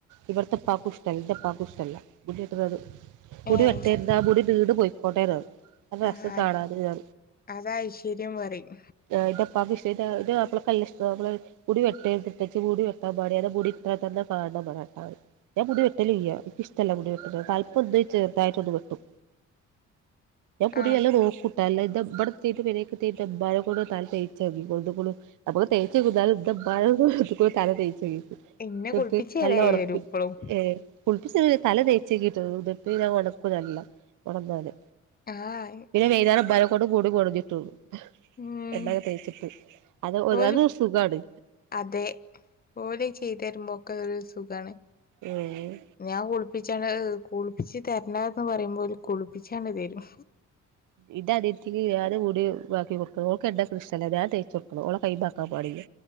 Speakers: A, on the right; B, on the left.
A: ഇവടത്തെപ്പാക്കും ഇഷ്ടല്ല ന്റെപ്പാക്കും ഇഷ്ട്ടല്ല മുടി വെട്ടണത് മുടിവെട്ടര്ത്
B: ഏയ്
A: ആ മുടി നീണ്ട് പൊയ്ക്കൊട്ടേന്ന് പറയും
B: ആഹ്
A: രസം
B: അത്
A: കാണാന്
B: അതാ ഐശ്വര്യം പറയും.
A: ആഹ് ഇന്റെ ഇപ്പക്ക്‌ ഇഷ്ട്ടാ ഇന്റെ മാപ്ലക്ക് നല്ലാഷ്ട്ടാ നമ്മള് മുടി വെട്ടരുത്ട്ടോജ്ജ് മുടി വെട്ടാൻ <unintelligible> അന്റെ മുടി ഇത്ര തന്നെ കാണണം പറയും <unintelligible> ഞാൻ മുടി വെട്ടല്ല്ല്യാ നിക്ക് ഇഷ്ടല്ല മുടി വെട്ടണത് തലപ് ഒന്ന് ചെറുതായിട്ടൊന്ന് വെട്ടും. ഞാൻ മുടി
B: ആഹ്
A: നല്ലോം നോക്കും. നല്ല ഇതാ ഇബടെത്തീട്ട് പെരേക്ക് എത്തിട്ട് മ്മാനെ കൊണ്ട് തല തേച്ചെങ്കിക്കും ഒന്നു <unintelligible> നമ്മള് തേച്ചങ്കും ന്നാലും ന്റെ മ്മാനെക്കൊണ്ട് ഒന്നു കൂടെ തല തേച്ചേകിക്കും
B: ഇന്നെ കുളിപ്പിച്ച്
A: ഇട്ട്
B: തരായി
A: നല്ല
B: വരും ഇപ്പളും
A: ഏഹ് കുളിപ്പിച്ചെന്ന തല തേ <unintelligible> തേച്ചേകിട്ട് ഉടുപ്പ് ഞാൻ ഒണക്കും നല്ലം ഉണന്നാല്
B: ആഹ്
A: പിന്നെ വൈന്നാരം ഉമ്മാനെ ട് മുടി മുടഞ്ഞിട്ടു കൊടുക്കും
B: ഉം
A: എണ്ണൊക്കെ തേച്ചിട്ട് അത് ഒരു
B: ഓല്
A: അത് സുഖമാണ്.
B: അതെ ഓല് അത് ചെയ്‌തെരുമ്പോൾ ഒക്കെ ഒരു സുഖണ്
A: ഏഹ്
B: ഞാൻ കുളിപ്പിച്ചാണ് കുളിപ്പിച്ച് തരണോ എന്ന് പറയുമ്പോ ഓല് കുളിപ്പിച്ചണ്ട് തരും.
A: ഇന്റെ അനിയത്തിക്ക് ഞാൻ മുടി ആക്കി കൊടുക്കണം ഓൾക്ക് എണ്ണേക്കണ ഇഷ്ട്ടല്ല ഞാൻ തേച്ച് കൊടുക്കണം ഓളെ കൈമാക്കാൻ പാടില്ല.